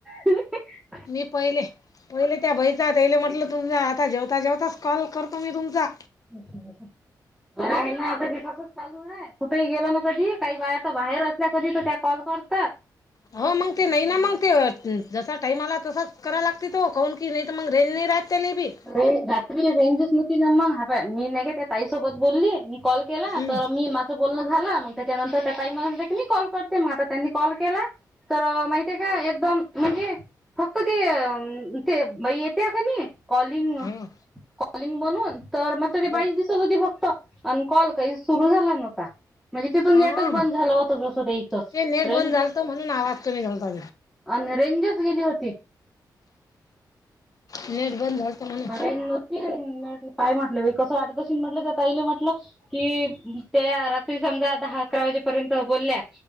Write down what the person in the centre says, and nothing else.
ते
ब आहे ना आता त तस चालू आहे कुठे गेो ना कधी काही बायाता बाहेर असल्या कधी तर त्या कॉल कर
े रात्री रेंजच नव्हती ना मग हव्या मी नाही काे त्या ताईसोबत बोलली मी कॉल केला
तर मी बोलण झाला मग त्याच्यानंतर त्या ताईम मी कॉल करते मग आता त्यांनी कॉल केला तर माहिितये का एकदम म्हणजे फक्त ते अ ते येते का नाही कॉलिंग
कॉलिंग म्हणून तर मग त ते
बाईस दिवसात होती फक्त आणि कॉल काही सुरू झाला नव्हता म्हणजे तिथून
नेटच बंद झालं होत असं तेचं
रेंज
आणि रेंजच गेली होती
नव्हतीट काय म्हटलं कसं वाटत अस म्हटलं त्या ताईले म्हटलं कि त्या रात्री समजा दहा अकरा वाजेपर्यंत बोलल्या